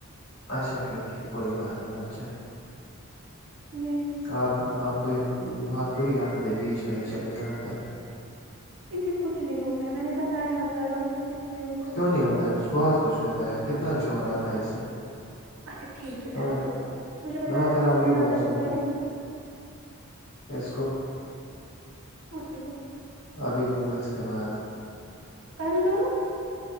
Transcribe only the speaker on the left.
اچھا ٹھیک ہے کوئی بات نہیں ب جہئی
آپ آپ کو یہ بہت بری عادت ہے بیچ میں ہی چلے جانا پ
کیوں نہیں ہوتا ہے کچھ بہت کچھ ہوتا ہے کتنا بھی ش ہو رہ آتا ہے اس سے
نہ
میں
نہ میں پھر
آپ کی
بات
اسس کوو
ابھی دوں گا اس کے بعد